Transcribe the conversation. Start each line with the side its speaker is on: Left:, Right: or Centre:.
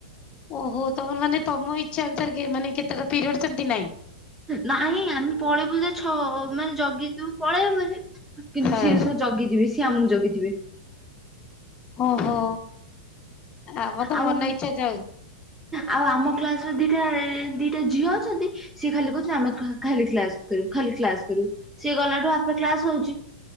Left: ଓହୋ ତମ ମାନେ ତମ ଇଚ୍ଛା ଅନୁସାରେ କି ମାନେ କେତେଟା ପିରିୟଡ଼ ସେମିତି ନାଇଁ।
Centre: ନାଇଁ ଆମେ ପଳେଇବୁ ଯେ ଛ ମାନେ ଜଗିଥିବୁ ପଳେଇବୁ ବୋଲି କିନ୍ତୁ
Left: ହଁ
Centre: ସିଏ ଜଗିଥିବେ ସି ଆମକୁ ଜଗିଥିବେ।
Left: ଓହୋ ଆମ ତ
Centre: ଆଉ
Left: ମନ ଇଚ୍ଛା ଯାଉ
Centre: ଆଉ ଆମ କ୍ଲାସ ରେ ଦିଟା ଦିଟା ଝିଅ ଅଛନ୍ତି ସିଏ ଖାଲି କହୁଛନ୍ତି ଆମଖା ଖାଲି କ୍ଲାସ କରିବୁ ଖାଲି କ୍ଲାସ କରିବୁ ସିଏ ଗଲାଠୁ ଆପେ କ୍ଲାସ ହଉଛି।